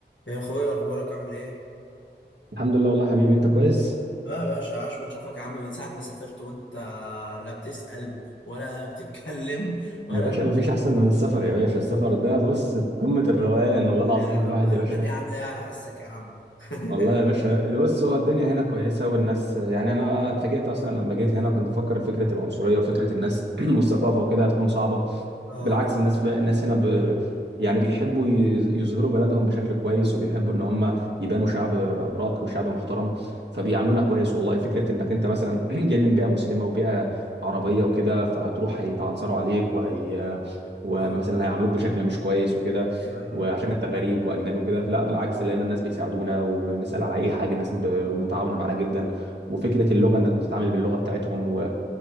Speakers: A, on the left; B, on the right.
A: يا اخويا اخبارك عامل ايه؟
B: الحمد لله والله يا حبيبي انت كويس
A: اه يا باشا عاش من شافك يا عم من ساعة ما سافرت وانت لا بتسأل ولا <laughs> بتتكلم ولا
B: يا باشا مفيش احسن من السفر يا باشا السفر ده بص قمة الروقان والله العظيم
A: يا عم
B: الواحد
A: ألمانيا
B: يا باشا
A: عاملة ايه على حسك يا عم؟ <laughs>
B: والله يا باشا ده بص هو الدنيا هنا كويسه والناس يعني انا اتفاجئت اصلا لما جيت هنا كنت بفكر فكره العنصريه وفكره الناس <clears throat> والثقافه وكده هتكون صعبه
A: اه
B: بالعكس الناس ف... الناس هنا ب... يعني بيحبوا يز- يظهروا بلدهم بشكل كويس وبيحبوا ان هم يبانوا شعب راقي وشعب محترم فبيعاملونا كويس والله فكره انك انت مثلا <clears throat> جاي من بيئه مسلمه وبيئه عربيه وكده فهتروح هيتعنصروا عليك وهي ومثلا
A: اه
B: هيعاملوك بشكل مش كويس وكده
A: ايوه ايوه
B: وعشان انت غريب واجنبي وكده لا بالعكس لقينا الناس بيساعدونا وبنسال على اي حاجه الناس ب- متعاونه معانا جدا وفكره اللغه انك بتتعامل باللغه بتاعتهم و...